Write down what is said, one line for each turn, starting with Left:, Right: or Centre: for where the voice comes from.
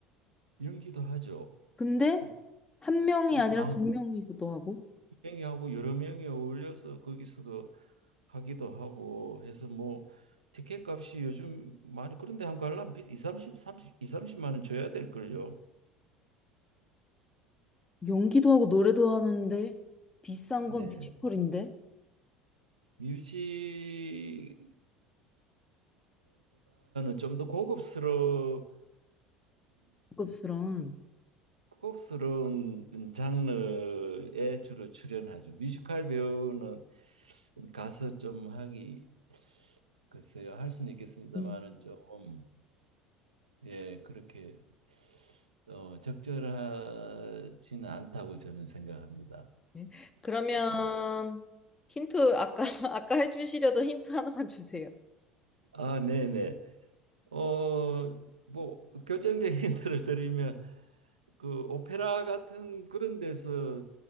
Right: 연기도 하죠.
Left: 근데
Right: 뭐좀
Left: 한 명이 아니라
Right: 양,
Left: 두 명이서도 하고,
Right: 명이 하고 여러 명이 어울려서 거기서도 하기도 하고 해서 뭐 티켓 값이 요즘 많이 그런데 한 관람 비 이 삼십 삼십 2, 30만 원 줘야 될걸요.
Left: 연기도 하고, 노래도 하는데, 비싼
Right: 네.
Left: 건 뮤지컬인데?
Right: 뮤지컬보다는 좀 더 고급스러운
Left: 고급스러운.
Right: 고급스러운 장르에 주로 출연하죠. 뮤지컬 배우는 가서 좀 하기 글쎄요 할 수는 있겠습니다만은
Left: 음,
Right: 좀 예 그렇게 어, 적절하지는 않다고 저는 생각합니다.
Left: 네. 그러면
Right: 네. 네.
Left: 힌트 아까 <laughs> 아까 해주시려던 힌트 하나만 주세요.
Right: 아 네네 어뭐 결정적인 힌트를 드리면 그 오페라 같은 그런 데서